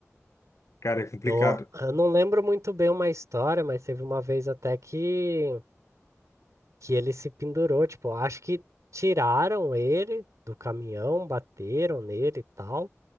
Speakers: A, on the left; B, on the right.
A: cara, é complicado.
B: Eu, eu não lembro muito bem uma história, mas teve uma vez até que, que ele se pendurou. Tipo, acho que tiraram ele do caminhão, bateram nele e tal.